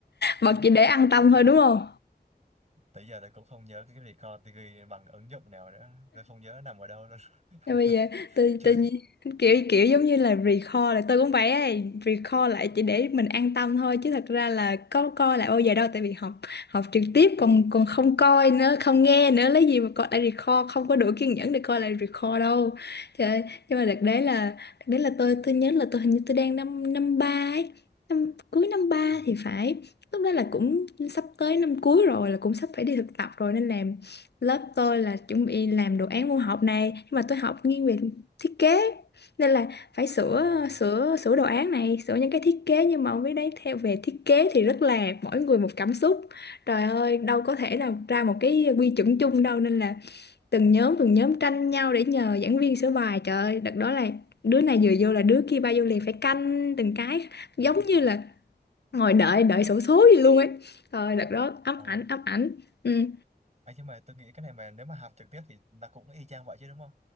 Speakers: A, on the left; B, on the right.
A: bật chỉ để an tâm
B: Hay,
A: thôi đúng không
B: tới giờ tôi cũng không nhớ cái record tôi ghi bằng ứng dụng nào nữa tôi không nhớ nằm ở đâu luôn <laughs>
A: Rồi bây giờ tự,
B: chưa
A: tự nhiên kiểu kiểu giống như là recall lại tôi cũng vậy ấy, recall lại chỉ để mình an tâm thôi chứ thật ra là có coi lại bao giờ đâu tại vì học học trực tiếp còn còn không coi nữa không nghe nữa lấy gì mà coi lại recall không có đủ kiên nhẫn để coi lại recall đâu trời ơi, nhưng mà đợt đấy là đợt đấy là tôi tôi nhớ là tôi hình như tôi đang năm năm ba ấy năm cuối năm ba
B: ừ.
A: thì phải lúc đó là cũng sắp tới năm cuối rồi là cũng sắp phải đi thực tập rồi nên là lớp tôi là chuẩn bị làm đồ án môn học này nhưng mà tôi học nghiêng về thiết kế nên là phải sửa
B: ờ
A: sửa sửa đồ án này sửa những cái thiết kế nhưng mà ông biết đấy theo về thiết kế thì rất là mỗi người một cảm xúc trời ơi đâu có thể nào ra một cái quy chuẩn chung đâu nên là từng nhóm từng nhóm tranh nhau để nhờ giảng viên sửa bài trời ơi đợt đó là đứa này vừa vô là đứa kia bao vô liền phải canh từng cái giống như là ngồi đợi đợi xổ số gì luôn ấy trời ơi, đợt đó ám
B: ồ
A: ảnh ám ảnh ừ.
B: ấy nhưng mà tôi nghĩ cái này mà nếu mà học trực tiếp thì nó cũng y chang vậy chứ đúng không